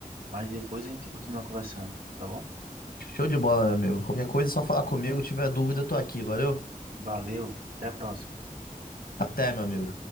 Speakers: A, on the right (about 90°); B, on the left (about 85°).
A: Mas depois a gente continua conversando, tá bom?
B: Show de bola, meu amigo. Qualquer coisa é só falar comigo. Tiver dúvida, eu tô aqui, valeu?
A: Valeu, até a próxima.
B: Até, meu amigo.